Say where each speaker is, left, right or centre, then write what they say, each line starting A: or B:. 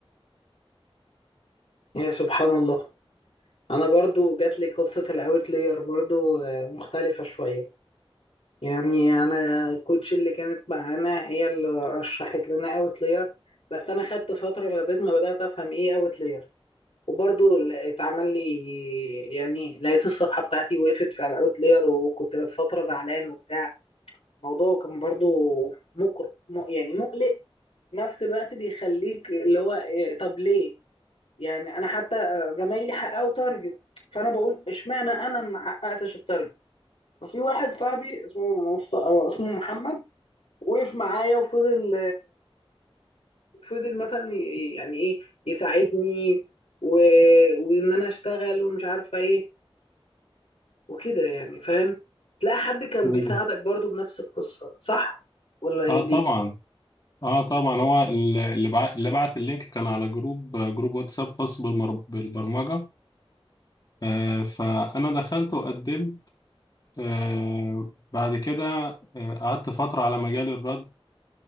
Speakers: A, on the left; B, on the left.
A: يا سبحان الله انا برضو جات لي قصه الاوتلاير برضو آه، مختلفه شويه يعني انا الكوتش اللي كانت معانا هي اللي رشحت لنا اوت لير بس انا خدت فتره لغايه ما بدات افهم ايه اوت لير وبرضه ال- اتعمل لي يعني لقيت الصفحه بتاعتي وقفت في الاوت لير وكنت في فتره زعلان وبتاع الموضوع كان برضه مقر م- يعني مقلق في نفس الوقت بيخليك اللي هو إيه، طب ليه يعني انا حتى آه، زمايلي حققوا تارجت فانا بقول اشمعنى انا ما حققتش التارجت ففي واحد صاحبي اسمه مصط- اسمه محمد وقف معايا وفضل فضل مثلا ي- يعني ايه يساعدني و... وان انا اشتغل ومش عارفه ايه وكده يعني فاهم تلاقي حد كان
B: مم.
A: بيساعدك برضو بنفس القصه صح ولا ايه
B: اه طبعا
A: دي
B: اه طبعا هو ال- اللي بع... اللي بعت اللينك كان على جروب آه، جروب واتساب خاص بالمر... بالبرمجة آه فأنا دخلت وقدمت آه بعد كده آه، قعدت فترة على مجال الرد